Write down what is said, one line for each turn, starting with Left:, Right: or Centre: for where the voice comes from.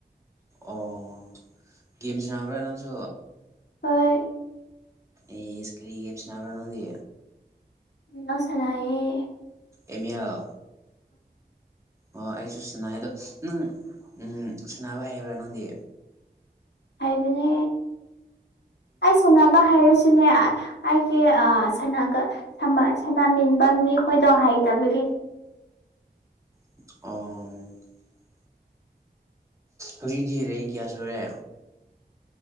Right: ꯑꯣ ꯒꯦꯝ ꯁꯥꯅꯕ꯭ꯔꯥ ꯅꯪꯁꯨ
Left: ꯍꯣꯏ
Right: ꯏꯁ ꯀ꯭ꯔꯤ ꯒꯦꯝ ꯁ꯭ꯅꯥꯕ꯭ꯔꯥ ꯅꯪꯗꯤ
Left: <unintelligible> ꯁꯥꯅꯥꯌꯦ
Right: ꯑꯦꯝ ꯑꯦꯜ ꯑꯣ ꯑꯩꯁꯨ ꯁꯥꯟꯅꯩ ꯑꯗꯣ ꯅꯪ ꯎꯝ ꯁꯅꯥꯕ ꯍꯩꯕ꯭ꯔꯥ ꯅꯪꯗꯤ
Left: ꯍꯩꯕꯅꯦ ꯑꯩ ꯁꯥꯟꯅꯕ ꯍꯩꯔꯁꯨꯅꯦ ꯑꯩꯒꯤ ꯑꯥ ꯁꯥꯟꯅꯒ ꯁꯃꯥ ꯁꯅꯥꯃꯤꯟꯕ ꯃꯤ ꯈꯣꯏꯗꯣ ꯍꯩꯇꯕꯒꯤ
Right: ꯑꯣ ꯍꯧꯖꯤꯛꯇꯤ ꯔꯦꯡ ꯀꯌꯥ ꯁꯨꯔꯦ